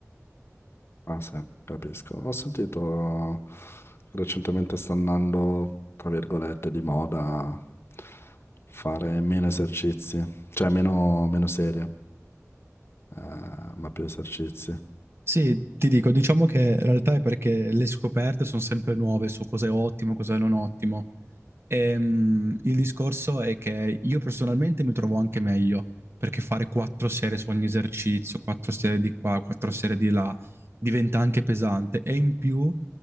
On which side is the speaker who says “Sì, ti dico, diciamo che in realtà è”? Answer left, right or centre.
Right